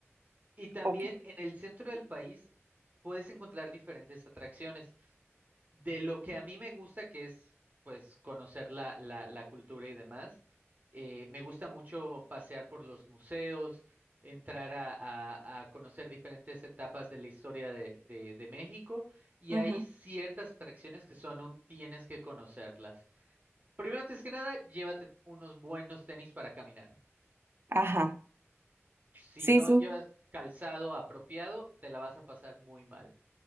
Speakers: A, on the right; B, on the right.
A: Y también
B: ok.
A: en el centro del país puedes encontrar diferentes atracciones. De lo que a mí me gusta, que es pues conocer la, la, la cultura y demás, eh, me gusta mucho pasear por los museos, entrar a, a- a conocer diferentes etapas de la historia de, de- de México y
B: Ujú.
A: hay ciertas atracciones que son un tienes que conocerlas. Primero, antes que nada, llévate unos buenos tenis para caminar.
B: Ajá,
A: Si
B: sí,
A: no
B: sí.
A: llevas calzado apropiado, te la vas a pasar muy mal.